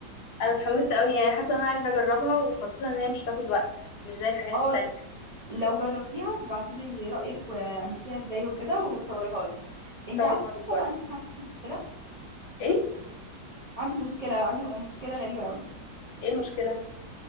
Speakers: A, on the left; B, on the right.
A: انا اتحمست قوي يعني حاسه ان انا عايزه اجربها وخاصه ان هي مش هتاخد وقت مش زي الحاجات
B: اه
A: التانية
B: لو جربتيها بيبعتي لي رأيك وعملتيها ازاي وكده وصوريها لي انت
A: هصور
B: عارفة
A: صورك برضه
B: بقى ان انا عندي مشكلة
A: ايه
B: عندي مشكلة عندي مشكلة غريبة قوي
A: ايه المشكله